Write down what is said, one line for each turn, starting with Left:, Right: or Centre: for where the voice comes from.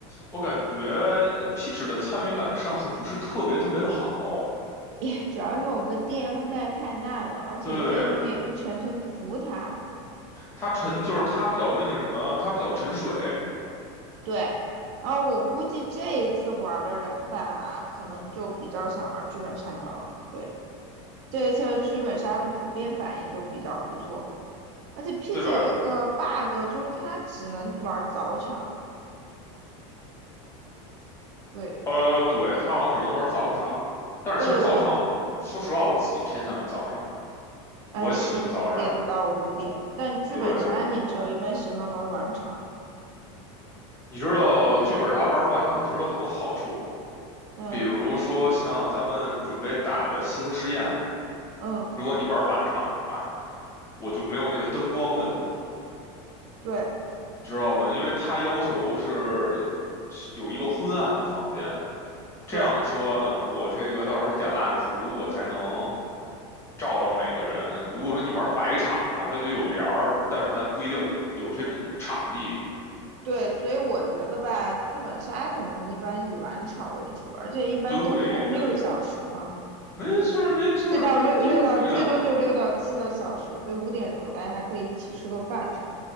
Left: 我感觉呃 Peach 的参与感上次不是特别特别的好。
Right: 也主要是我们的 DM 带太烂了，而且
Left: 对，
Right: DM 也不全程服他。
Left: 他沉就是他比较那个什么，他比较沉水，
Right: 对，然后我估计这一次玩的人吧，可能就比较想玩剧本杀了。对，这一次的剧本杀的普遍反应都比较不错，而且 PG
Left: 对吧？
Right: 有一个 bug，就是它只能玩早场。对，
Left: 呃，对，他好像只能玩早场，但是其实早场，
Right: 对我都
Left: 说实话，我自己偏向于早场。
Right: 哎十一点到五点，
Left: 我也喜欢早场。
Right: 但剧本杀你知道，
Left: 对，
Right: 一般喜欢玩晚场。
Left: 你知道剧本杀玩晚场其实有很多好处，
Right: 嗯
Left: 比如说像咱们准备打的西河试验，
Right: 嗯，
Left: 如果你玩晚场的话，我就没有那个灯光问题了，
Right: 对
Left: 你知道吧？因为它要求是有一个昏暗的房间，这样说呢，
Right: 对。
Left: 我这个到时候点蜡烛我才能照到每个人。如果说你玩白场的话，它就有帘儿，但是咱不一定有这种场地。
Right: 对，所以我觉得吧，剧本杀肯定一般以晚场为主，而且一般都空六小时嘛，
Left: 对的。没错儿，
Right: 五
Left: 没错儿，
Right: 七到六六到最多就六到七个小时，
Left: 咱们就是这个样子。
Right: 所以五点钟大家还可以一起吃个饭啥。